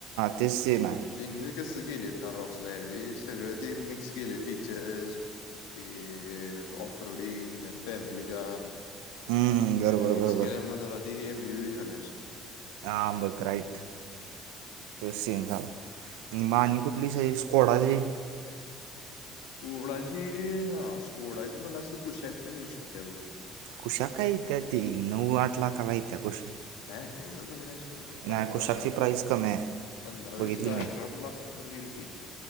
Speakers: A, on the right (about 70°); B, on the left (about 70°).
A: तेच सीन आहे
B: त्यांनी ते कसं केलं यावेळी रॉक्सलाईब सगळं ते मिक्स केले फीचर्स ते ऑफ रोडिंग त्यात फॅमिली कार
A: हम्म बरोबर
B: सगळं मिक्स
A: बरोबर
B: केल्यामुळे जरा आधी एमयू बी झाल्या अशी
A: हाम बघ राईट
B: असं झालाय विषय
A: ते सीन झाला आणि
B: त्यामुळं
A: मग आणि कुठली स स्कोडा ची
B: स्कोडाची हा स्कोडाची म्हणालास तर कुशाक पण येऊ शकते बघ.
A: कुशाक काय येत्या ती नऊ आठ लाखाला येत्या कुशाक
B: नाही नाही नाही एवडं कमी नाही सोड पंधरा
A: नाही कुशाकची प्राईस कमी आहे
B: पंधरा
A: बघितली
B: वीस अठरा बर लाखपर्यंत येईल की